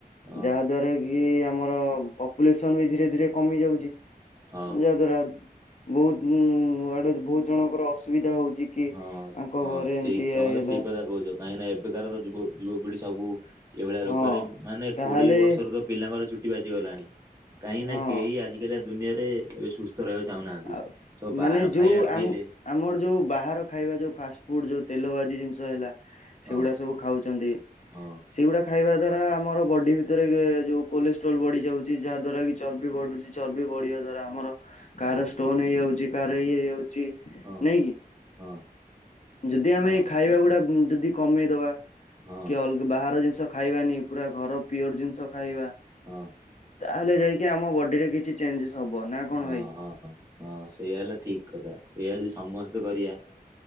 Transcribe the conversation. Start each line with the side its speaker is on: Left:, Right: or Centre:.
Right: ହଁ
Left: ଯାହାଦ୍ୱାରା କି ଆମର ପପୁଲେସନ୍ ବି ଧୀରେ ଧୀରେ କମି ଯାଉଛି।
Right: ହଁ
Left: ଯାହାଦ୍ଵାରା ବହୁତ୍ ଉଁ ଆଡୁ ବହୁତ ଜଣଙ୍କର ଅସୁବିଧା ହଉଛି। କି
Right: ହଁ
Left: ଆଙ୍କ
Right: ହଁ
Left: ଘରେ ଏମିତି
Right: ଠିକ୍
Left: ଇଏ
Right: ତମେ
Left: ହେଲା
Right: ତ ଠିକ୍ କଥା କହୁଛ। କାହିଁକି ନା ଏବେକାର ତ ଯୁବ ଯୁବପିଢି ସବୁ ଏଇଭଳିଆ
Left: ହଁ
Right: ରୋଗରେ ମାନେ
Left: ତାହେଲେ
Right: କୋଡିଏ ବର୍ଷରେ ତ ପିଲାଙ୍କର ଚୁଟି ପାଚି ଗଲାଣି, କାହିଁକି
Left: ହଁ
Right: ନା କେହି ଆଜିକାଲି ଆ ଦୁନିଆରେ ଏବେ ସୁସ୍ ସ୍ଥ ରହିବାକୁ ଚାହୁଁନାହାନ୍ତି,
Left: ଆଉ
Right: ସବୁ
Left: ମାନେ
Right: ବାହାର
Left: ଯୋଉ
Right: ଖାଇବା ଖାଇଲେ।
Left: ଆମ ଆମର ଯୋଉ ବାହାର ଖାଇବା ଯୋଉ ଫାଷ୍ଟ ଫୁଡ଼ ଯୋଉ ତେଲ ଭାଜି ଜିନିଷ ହେଲା,
Right: ହଁ
Left: ସେଗୁଡ଼ା ସବୁ ଖାଉଛନ୍ତି।
Right: ହଁ
Left: ସେଗୁଡ଼ା ଖାଇବା ଦ୍ଵାରା ଆମର ବଡି ଭିତରେ ଯୋଉ କୋଲେଷ୍ଟ୍ରଲ ବଢିଯାଉଛି ଯାହାଦ୍ଵାରା କି ଚର୍ବି ବଢୁଛି, ଚର୍ବି ବଢିବା ଦ୍ଵାରା ଆମର କାହାର ଷ୍ଟୋନ୍ ହେଇଯାଉଛି, କାହାର ଇଏ ହେଇଯାଉଛି
Right: ହଁ
Left: ନାଇଁ କି?
Right: ହଁ।
Left: ଯଦି ଆମେ
Right: ହଁ
Left: ଏଇ ଖାଇବା ଗୁଡ଼ା ଉଁ ଯଦି କମେଇଦବା
Right: ହଁ।
Left: କି ଅଲ୍ଗ୍ ବାହାର ଜିନିଷ ଖାଇବାନି ପୁରା ଘର ପିଓର ଜିନିଷ ଖାଇବା।
Right: ହଁ
Left: ତାହେଲେ ଯାଇକି ଆମ ବଡିରେ କିଛି ଚେଞ୍ଜେସ୍ ହବ, ନା କଣ
Right: ହଁ
Left: ଭାଇ?
Right: ହଁ ହଁ ସେଇୟା ହେଲା ଠିକ୍ କଥା, ଏଇଆ ଯଦି ସମସ୍ତେ କରିବା